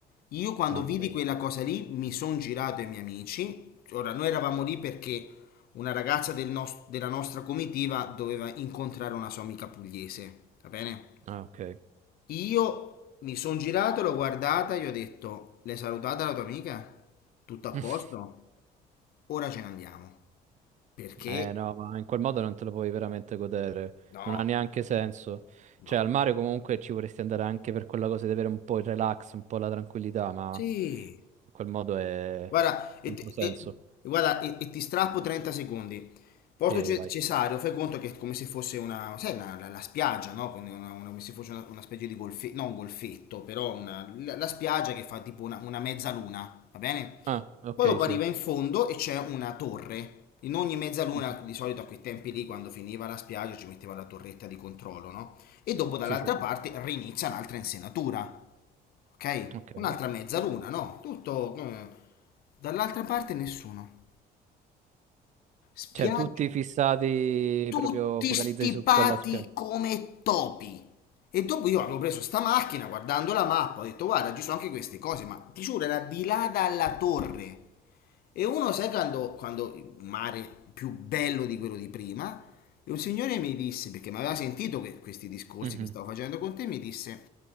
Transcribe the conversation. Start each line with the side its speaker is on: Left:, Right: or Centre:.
Left: Io quando
Right: mamma
Left: vidi
Right: mia.
Left: quella cosa lì mi sono girato ai miei amici. Ora, noi eravamo lì perché una ragazza del nos- della nostra comitiva doveva incontrare una sua amica pugliese, va bene?
Right: Ah, ok.
Left: Io mi sono girato, l'ho guardata, gli ho detto, l'hai salutata la tua amica? Tutto a
Right: <laughs>
Left: posto? Ora ce ne andiamo. Perché?
Right: Eh no, ma in quel modo non te lo puoi veramente godere,
Left: No,
Right: non ha neanche senso.
Left: no.
Right: Cioè, al mare comunque ci vorresti andare anche per quella cosa di avere un po' il relax, un po' la tranquillità, ma
Left: Sì.
Right: in quel modo è
Left: Guarda, e,
Right: controsenso.
Left: ti- e- guarda, e- e ti strappo 30 secondi. Porto
Right: Sì,
Left: Ce-
Right: vai.
Left: Cesareo, fai conto che è come se fosse una, sai, una- la, la spiaggia, no? Quindi una- una- come se fosse una, una specie di golfetto, non un golfetto, però una- la, la spiaggia che fa tipo una, una mezzaluna, va bene?
Right: Ah, ok,
Left: Poi dopo
Right: sì.
Left: arriva in fondo e c'è una torre. In ogni mezzaluna,
Right: Mhm.
Left: di solito a quei tempi lì, quando finiva la spiaggia, ci metteva la torretta di controllo, no? E dopo dall'altra
Right: Sì, sì, sì.
Left: parte rinizia un'altra insenatura, ok?
Right: Ok.
Left: Un'altra mezzaluna,
Right: Sì.
Left: no? Tutto... eh. Dall'altra parte nessuno. Spiaggia,
Right: Cioè, tutti fissati,
Left: tutti
Right: proprio focalizzati
Left: stipati
Right: su quella spiaggia.
Left: come topi. E dopo io avevo preso sta macchina, guardando la mappa, ho detto guarda, ci sono anche queste cose, ma ti giuro, era di là dalla torre. E uno, sai quando, quando il mare più bello di quello di prima, e un signore mi disse, perché mi aveva sentito que- questi discorsi
Right: Mhm.
Left: che stavo facendo con te, mi disse,